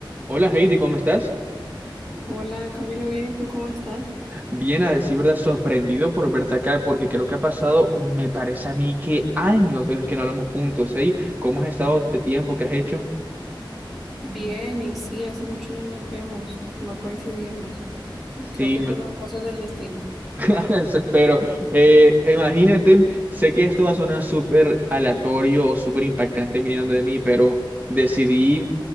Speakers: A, on the right; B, in the centre.
A: Hola Heidi, ¿cómo estás?
B: Hola, Camilo, bien, ¿y tú cómo estás?
A: Bien, a decir verdad, sorprendido por verte acá porque creo que ha pasado, me parece a mí que años desde que no hablamos juntos, ¿eh? ¿Cómo has estado este tiempo que has hecho?
B: Bien, y sí, hace mucho no nos vemos, no coincidíamos.
A: Sí,
B: Creo que
A: me...
B: con las cosas del destino.
A: <laughs> eso espero. Eh, imagínate, sé que esto va a sonar súper aleatorio o súper impactante viniendo de mí, pero decidí